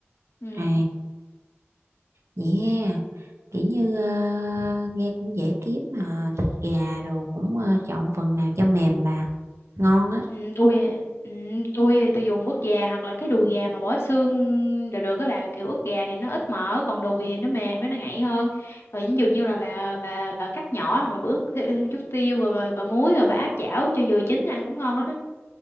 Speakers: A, on the left (about 65°); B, on the right (about 80°).
A: Ừ.
B: à Vậy ha, kiểu như ờ, nghe cũng dễ kiếm mà thịt gà đồ cũng ờ, chọn phần nào cho mềm bà. Ngon á.
A: Ừ, tôi ừ, tôi tôi dùng ức gà hoặc là cái đùi gà mà bỏ xương đều được các bà kiểu ức gà thì nó ít mỡ còn đùi thì nó mềm với nó ngậy hơn rồi ví dụ như là bà bà bà cắt nhỏ hoặc là bà ướp thêm chút tiêu rồi bà, bà muối rồi bà áp chảo cho vừa chín ăn cũng ngon lắm á